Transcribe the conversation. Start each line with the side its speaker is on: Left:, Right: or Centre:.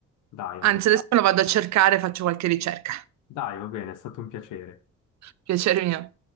Left: Dai, allora.
Right: Anzi, adesso lo vado a cercare, faccio qualche ricerca.
Left: Dai, va bene, è stato un piacere.
Right: Piacere mio.